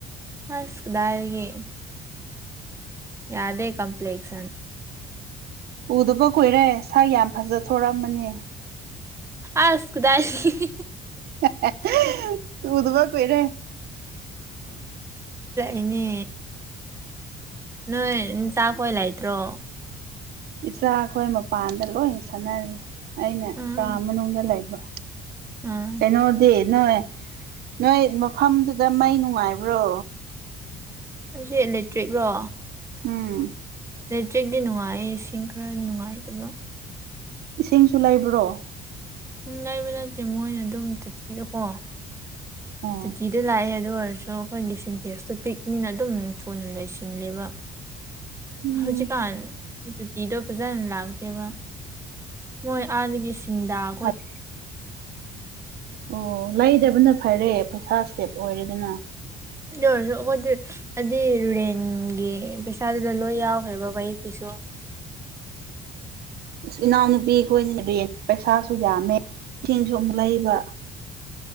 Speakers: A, on the right; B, on the right.
A: ꯑꯁ ꯀꯗꯥꯏꯗꯒꯤ ꯌꯥꯗꯦ ꯀꯝꯄ꯭ꯂꯦꯛꯁꯟ
B: ꯎꯗꯕ ꯀꯨꯏꯔꯦ ꯁꯛ ꯌꯥꯝ ꯐꯖꯊꯣꯛꯔꯝꯃꯅꯤ
A: ꯑꯁ ꯀꯗꯥꯏꯗꯒꯤ
B: ꯍꯥ ꯍꯥ ꯍꯥ ꯎꯗꯕ ꯀꯨꯏꯔꯦ ꯑꯝ
A: ꯏꯅꯦ ꯅꯣꯏ ꯅꯆꯥꯈꯣꯏ ꯂꯩꯇ꯭ꯔꯣ
B: ꯏꯆꯥ ꯈꯣꯏ ꯃꯄꯥꯟꯗ ꯂꯣꯏ ꯁꯥꯟꯅꯔꯤ ꯑꯩꯅ
A: ꯎꯝ
B: ꯀꯥ ꯃꯅꯨꯡꯗ ꯂꯩꯕ
A: ꯎꯝ
B: ꯀꯩꯅꯣꯗꯤ ꯅꯣꯏ ꯅꯣꯏ ꯃꯐꯝꯗꯨꯗ ꯃꯩ ꯅꯨꯡꯉꯥꯏꯕ꯭ꯔꯣ
A: ꯑꯁꯤ ꯏꯂꯦꯛꯇ꯭ꯔꯤꯛ ꯔꯣ
B: ꯎꯝ
A: ꯑꯂꯦꯇ꯭ꯔꯤꯛꯇꯤ ꯅꯨꯡꯉꯥꯏ ꯏꯁꯤꯡ ꯈꯔ ꯅꯨꯡꯉꯥꯏꯇꯕ
B: ꯏꯁꯤꯡꯁꯨ ꯂꯩꯕ꯭ꯔꯣ
A: ꯎꯝ ꯂꯩꯕ ꯅꯠꯇꯦ ꯃꯣꯏꯅ ꯑꯗꯨꯝ ꯇꯨꯇꯤꯗꯀꯣ
B: ꯑꯣ
A: ꯇꯨꯇꯤꯗꯣ ꯂꯥꯛꯑꯦ ꯑꯗꯣꯔ ꯁꯨ ꯑꯈꯣꯏꯒꯤ ꯁꯤꯟꯇꯦꯛꯁꯇꯨ ꯄꯤꯛꯅꯤꯅ ꯑꯗꯨꯝ ꯊꯨꯅ ꯂꯣꯏꯁꯤꯜꯂꯦꯕ
B: ꯎꯝ
A: ꯍꯧꯖꯤꯛꯀꯥꯟ ꯇꯣꯇꯤꯗꯣ ꯐꯖꯅ ꯂꯥꯛꯇꯦꯕ ꯃꯣꯏ ꯑꯥꯗꯒꯤ ꯁꯤꯡꯗꯝ
B: ꯐꯠ ꯑꯣ ꯂꯩꯗꯕꯅ ꯐꯔꯦ ꯁꯥ ꯁꯦꯞ ꯑꯣꯏꯔꯦꯗꯅ
A: ꯑꯗꯨ ꯑꯣꯏꯔꯖꯨ ꯑꯈꯣꯏꯗꯤ ꯑꯗꯤ ꯔꯦꯟꯒꯤ ꯄꯩꯁꯥ ꯗ ꯂꯣꯏ ꯌꯥꯎꯒ꯭ꯔꯦꯕ ꯕꯥꯩꯒꯤꯁꯨ
B: ꯏꯁ ꯏꯅꯥꯎꯅꯨꯄꯤ ꯈꯣꯏꯅꯤ ꯔꯦꯟ ꯄꯩꯁꯥꯁꯨ ꯌꯥꯝꯃꯦ ꯏꯁꯤꯡꯁꯨ ꯑꯃꯨꯛ ꯂꯩꯕ